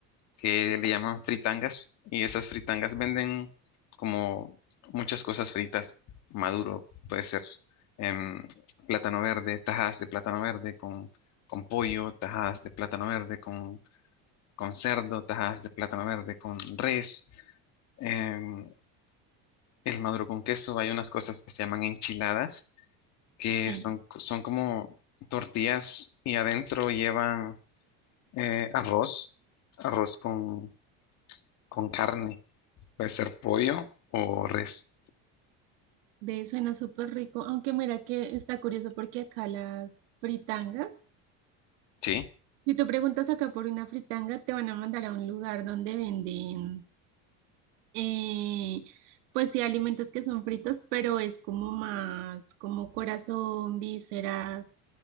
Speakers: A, on the left; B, on the right.
A: que le llaman fritangas y esas fritangas venden como muchas cosas fritas, maduro, puede ser em, plátano verde, tajadas de plátano verde con, con pollo, tajadas de plátano verde con, con cerdo, tajadas de plátano verde con res, em, el maduro con queso, hay unas cosas que se llaman enchiladas, que
B: sí.
A: son, son como tortillas y adentro llevan eh, arroz, arroz con, con carne Puede ser pollo o res.
B: Ve, suena súper rico. Aunque mira que está curioso porque acá las fritangas,
A: ¿Sí?
B: si tú preguntas acá por una fritanga, te van a mandar a un lugar donde venden, eh, pues sí, alimentos que son fritos, pero es como más, como corazón, vísceras,